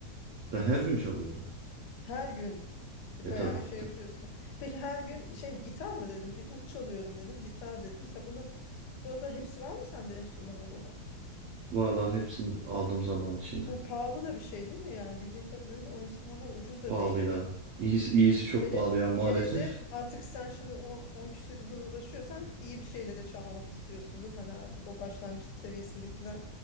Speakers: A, on the right; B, on the left.
A: ben her
B: mesela?
A: gün çalıyorum.
B: Her gün e,
A: E
B: bayağı
A: tabii.
B: şey yapıyorsun. Peki her gün şey gitar mı dedim? Bir ut çalıyorum dedin. Gitar dedim. Mesela bunun burada hepsi var mı sende enstrüman olarak?
A: Var var hepsini aldım zaman içinde.
B: Bu pahalı da bir şey değil mi? Yani bildiğim kadarıyla o enstrümanlar ucuz da
A: Pahalı
B: değil.
A: ya. İyisi, iyisi çok
B: Hele
A: pahalı ya maalesef.
B: hele de artık sen şimdi o 10 küsur yılda dolaşıyorsan iyi bir şeyle de çalmak istiyorsundur. Hani artık o başlangıç seviyesindekiler